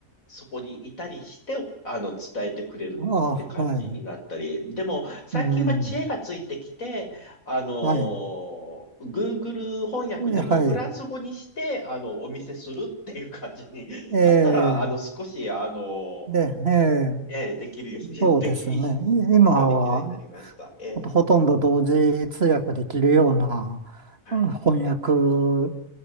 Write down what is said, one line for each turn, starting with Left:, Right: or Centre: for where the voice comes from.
Left: そこにいたりして、あの、伝えてくれるって感じになったり、
Right: ああ、はい。
Left: でも、最近は知恵がついてきて、
Right: うん。
Left: あのー
Right: はい。
Left: Google 翻訳でもフランス語にして、
Right: えはい。
Left: あの、お見せするっていう感じになったら、
Right: ええ。
Left: あの、少し、あのー
Right: で、ええ。
Left: ええ、できるように、<laughs>
Right: そうですね。
Left: でき、一つ一つができるようになりました。
Right: い今は、
Left: ええ、
Right: ほとほとんど同時通訳できるようなうん翻訳
Left: はい。